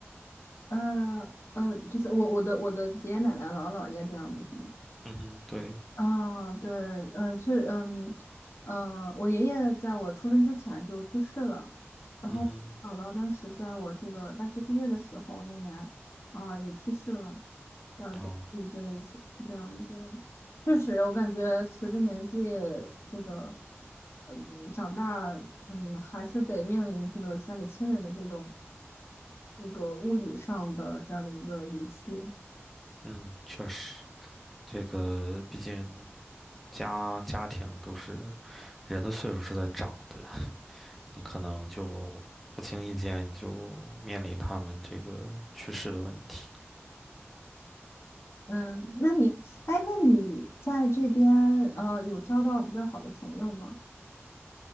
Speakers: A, on the left; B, in the centre.
A: 嗯，呃，就是我我的我的爷爷奶奶姥姥姥爷这样子是吗？
B: 嗯哼，对，
A: 啊，对，呃，是，嗯，呃，我爷爷在我出生之前就去世了，然后姥姥当时在我这个大学毕业的时候那年，
B: 嗯哼，
A: 啊、也去世了，嗯、
B: 哦，
A: 对对对，是是这样就确实，我感觉随着年纪这个，嗯，长大，嗯，还是得面临这个家里亲人的这种一个物理上的这样的一个离去，
B: 嗯，确实，这个毕竟家家庭都是人的岁数是在长的，你可能就不经意间你就面临他们这个去世的问题。
A: 嗯，那你，哎，那你在这边呃有交到比较好的朋友吗？